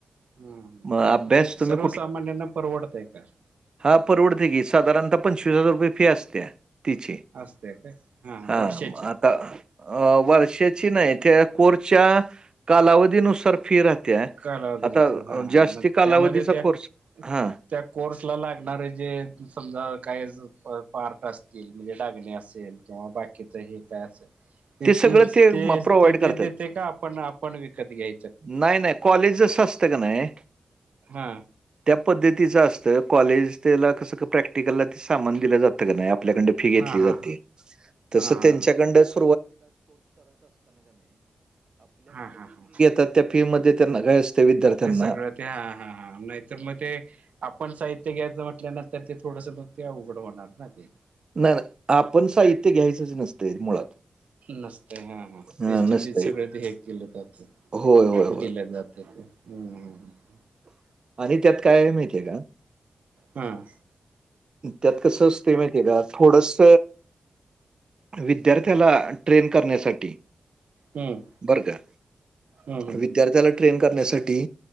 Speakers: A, on the right (about 75°); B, on the right (about 35°).
A: हम
B: मग अभ्यास
A: ते
B: तुम्ही
A: सर्वसामान्यांना परवडतय का?
B: हा परवडते की साधारणता पंचवीस हजार रुपये फी असत्या. तिची,
A: असते काय
B: हा
A: वर्षाची
B: आता अ वर्षाची नाही त्या कोरच्या कालावधीनुसार फि रा त्या,
A: कालावधी
B: आता
A: नसतो हा हा
B: जास्ती
A: मग
B: कालावधीचा
A: त्यामध्ये त्या
B: खर्स, हा.
A: त्या कोर्स ला लागणारे जे समजा काय पार्ट असतील म्हणजे डागणे असेल किंवा बाकीचही काय असेल. ते
B: सगळं
A: ति <unintelligible> ते
B: म प्रोव्हाईड
A: ते
B: करतात.
A: ते देते का आपण आपण विकत घ्याय
B: नाही नाही कॉलेजच असतं का नाही
A: हा.
B: त्या पद्धतीचं असतं कॉलेज त्याला कसं प्रॅक्टिकलला ते सामान दिलं जातं का नाही आपल्याकड फी घेतली
A: हा हा
B: जाते,
A: हा
B: तसं
A: हा हा
B: त्यांच्या कडनच
A: हा हा हा हा
B: <unintelligible> त्या फी मध्ये त्यांना काय विद्यार्थ्यांना
A: ते सगळं ते हा हा हां नाही. तर मग ते आपण साहित्य घ्यायचं म्हटल्यानंतर ते थोडस म ते अवघड होणार ना ते.
B: ना ना आपण साहित्य घ्यायचंच नसतं मुळात.
A: नसत हा हा
B: हां,
A: त्यांचे
B: नसतंय.
A: तेच सगळ ते हे केलं जात,
B: होय, होय, होय.
A: दिल जात ते. हम्म ह.
B: आणि त्यात काय हाय माहतीय का?
A: हम.
B: त्यात कसं असतय माहिती आहे का थोडस विद्यार्थ्याला ट्रेन करण्यासाठी.
A: हं
B: बर का,
A: हं हं
B: विद्यार्थ्याला ट्रेन करण्यासाठी